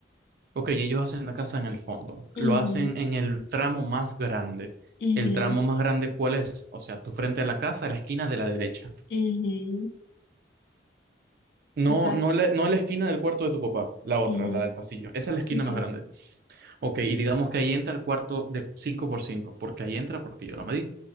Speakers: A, on the right; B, on the left.
A: Ok, ellos hacen la casa en el fondo, lo
B: Ujú,
A: hacen en el tramo más grande.
B: ujú,
A: ¿El tramo más grande cuál es? O sea, tu frente a la casa, la esquina de la derecha.
B: ujú,
A: No,
B: Exacto.
A: no la, no la esquina del cuarto de tu papá, la otra,
B: ujú,
A: la del pasillo. Esa es la esquina
B: Ok,
A: más grande. Ok, y digamos que ahí entra el cuarto de cinco por cinco, porque ahí entra, porque yo lo medí.